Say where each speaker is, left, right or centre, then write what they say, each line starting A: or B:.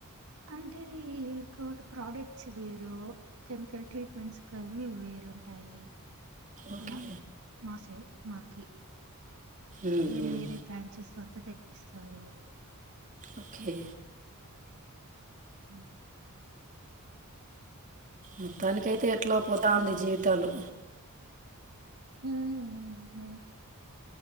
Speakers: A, on the right; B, on the right.
A: అంటే ఇంకోటి ప్రాడక్ట్స్ వేరూ కెమికల్ ట్రీట్మెంట్స్ కవి వేరు రుంటాయి
B: ఓకే
A: అలా మాసై మాకి
B: ఉమ్,
A: వేరే
B: ఉమ్.
A: వేరే బ్రాంచెస్ అంతా తెప్పిస్తారు
B: ఒకే
A: మ్
B: మొత్తానికైతే ఎట్లో పోతాంది
A: ఇంకేం
B: జీవితాలు
A: హ్మ్ అంతె